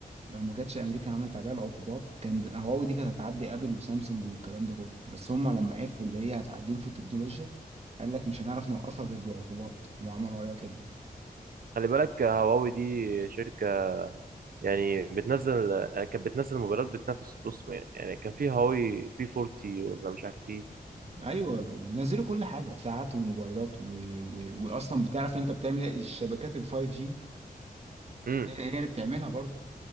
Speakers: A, on the right (about 40°); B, on the right (about 65°).
A: لو ما كانتش امريكا عملت عليها العقوبات كان هواوي دي كانت هتعدي ابل وسامسونج والكلام ده كله بس هم لما عرفوا اللي هي هتعديهم في التكنولوجيا قال لك مش هنعرف نوقفها غير بالعقوبات وعملوا عليها كده
B: خلي بالك هواوي دي شركة يعني بتنزل يعني كانت بتنزل موبايلات بتنافس بص يعني كان في هواوي بي 40 ولا مش عارف ايه
A: ايوه بينزلوا كل حاجه ساعات وموبايلات و... و... واصلا بتعرف انت بتعمل ايه الشبكات ال 5G
B: امم
A: هي اللي بتعملها برضه